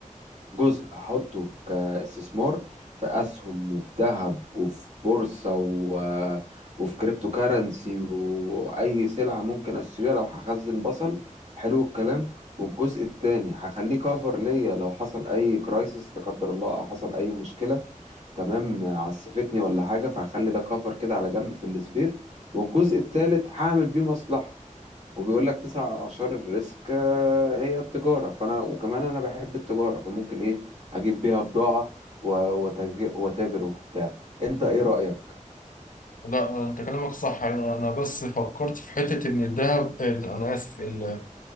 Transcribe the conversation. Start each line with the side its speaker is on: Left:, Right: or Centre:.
Right: جزء هحطه كاستثمار في اسهم وفي ذهب وفي بورصه و... وفي كريبتو كارنسي واي سلعه ممكن اشتريها لو هخزن بصل حلو الكلام والجزء التاني هخليه كفر ليا لو حصل اي كرايسيس لا قدر الله او حصل اي مشكله تمام عسفتني ولا حاجه فهخلي ده كفر كده على جنب في السبير والجزء التالت هعمل بيه مصلحه وبيقول لك تسع أعشار الريسك آه، هي التجارة فأنا وكمان أنا بحب التجارة فممكن إيه أجيب بيها بضاعة و- وتاج- وتاجر وبتاع أنت إيه رأيك؟
Left: لا انت كلامك صح انا أنا بس فكرت في حته ان الذهب انا اسف ال-